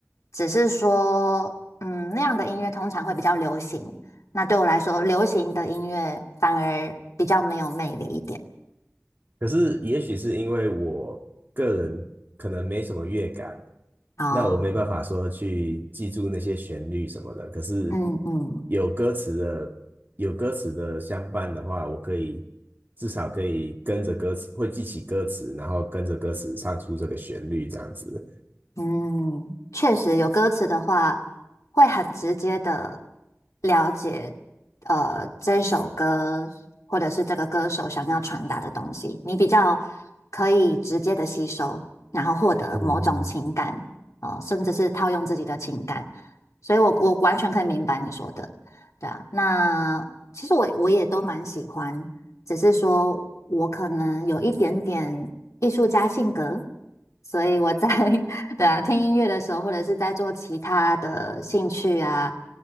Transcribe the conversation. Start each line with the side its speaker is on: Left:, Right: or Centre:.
Left: 只是说，嗯，那样的音乐通常会比较流行，那对我来说，流行的音乐反而比较没有魅力一点。
Right: 可是也许是因为我个人可能没什么乐感，
Left: 哦，
Right: 那我没办法说去记住那些旋律什么的。可是
Left: 嗯嗯。
Right: 有歌词的有歌词的相伴的话，我可以至少可以跟着歌词，会记起歌词，然后跟着歌词唱出这个旋律这样子。
Left: 嗯，确实有歌词的话，会很直接的了解，呃，这首歌或者是这个歌手想要传达的东西，你比较可以直接的吸收，然后获得某种情感，
Right: 嗯，
Left: 哦、甚至是套用自己的情感，所以我我完全可以明白你说的，对啊，那其实我我也都蛮喜欢，只是说我可能有一点点艺术家性格。所以我在 <laughs> 对啊，听音乐的时候，或者是在做其他的兴趣啊，